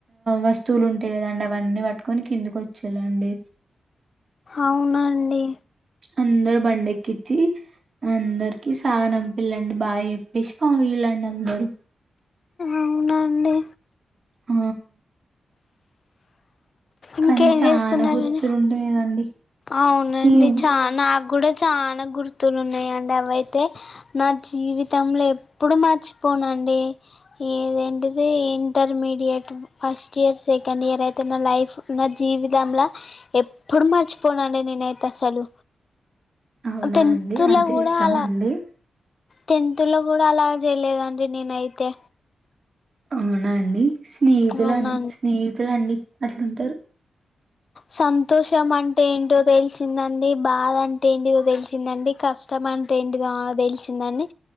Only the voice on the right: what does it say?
వస్తువులు ఉంటాయి కదండి అవన్నీ పట్టుకొని కిందుకు వచ్చేలాండి
అందరు బండి ఎక్కించి అందరికి సాగనంపిల్లండి బాయి చెప్పి ఆ ఇలా నందరు
ఆ
కానీ చానా
గుర్తులుంటాయి కదండి
ఏమో
అవునా
అండి అంత
ఇష్టమా
అండి
అవునా అండి స్నేహితులు
స్నేహితులండి అట్లా ఉంటరు